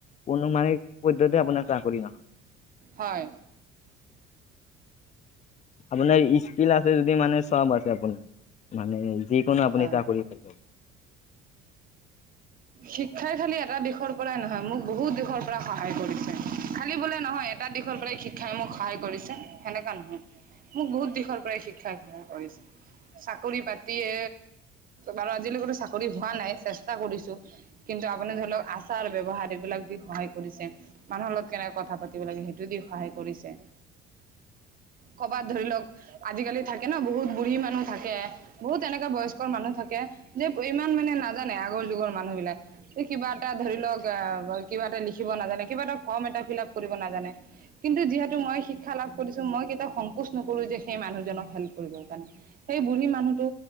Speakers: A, on the left (about 35°); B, on the right (about 45°).
A: কোনো মানে পদ্ধতি আপোনাৰ চাকৰি নহয়
B: হয়
A: আপোনাৰ স্কিল আছে যদি মানে চব আছে আপোনাৰ মানে যি। নপুনি
B: হয়
A: চাকৰি কৰি।
B: শিক্ষাই খালি এটা দিশৰ পৰাই নহয় মোক বহুত দিশৰ পৰা সহায় কৰিছে। খালী বোলে নহয় এটা দিশৰ পৰাই শিক্ষাই মোক সহায় কৰিছে সেনেকুৱা নহয়। মোক বহুত দিশৰ পৰাই শিক্ষা গ্ৰহণ কৰিছে চাকৰি পাতিয়ে। বাৰু আজিলৈকো চাকৰি হোৱা নাই চেষ্টা কৰিছো। কিন্তু আপুনি ধৰি লওক আচাৰ ব্য্ৱহাৰ এইবিলাক দি সহায় কৰিছে মানুহৰ লগত কেনেকে কথা পাতিব লাগিব। সেইটো দি সহায় কৰিছে কৰবাত ধৰি লওক। আজিকালি থাকে ন বহুত বুঢ়ী মানুহ থাকে বহুত এনেককাা বয়স্কৰ মানুহ থাকে যে ইমান। মানে নাজানে আগ যুগৰ মানুহ। কিবা এটা ধৰি লওক আহ কিবা এটা লিখিব নাজানে কিবা এটা ফৰ্ম এটা ফিল আপ কৰিব নাজানে। কিন্তু যিহেতু মই শিক্ষা লাভ কৰিছো মই কেতিয়াও সংকোচ নকৰো যে সেই মানুহজনক হেল্প কৰিবৰ কাৰণে। সেই বুঢ়ী মানুহটো